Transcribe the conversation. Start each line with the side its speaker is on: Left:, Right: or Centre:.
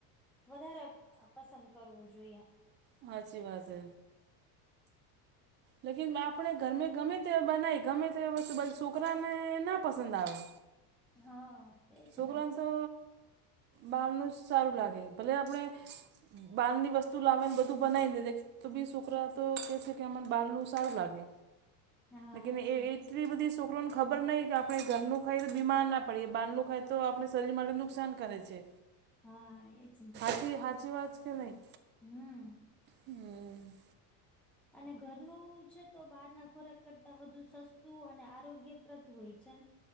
Centre: વધારે પસંદ કરવું જોઈએ.
Right: હાચી વાતે. લેકિન આપણે ઘરમે ગમે તે બનાવી ગમે તે વસ્ છોકરાને ના પસંદ આવે.
Centre: હા એજ
Right: છોકરાને
Centre: ના.
Right: તો બહારનું સારું લાગે ભલે આપણે બાર ની વસ્તુ લાવે ને બધું બનાવી દ દે તો બી છોકરા તો કે છે, કે એમ બાળનું સારું લાગે
Centre: હા
Right: લેકિન
Centre: એજ
Right: એ એ
Centre: ને
Right: એટલી બધી છોકરોને ખબર નહી કે આપડણે ઘરનું ખાય તો બીમાર ના પડીએ બાહાર નું ખાય તો આપણે શરીર માટે નું નુકસાન કરે છે.
Centre: હા એજ નહી.
Right: હચી વાત કે નહી.
Centre: હમ્મ
Right: હમ.
Centre: અને ઘરનું છે તો બહાર ના ખોરાક કરતા વધુ સસ્તું અને આરોગ્ય તત્ર ધોય છે.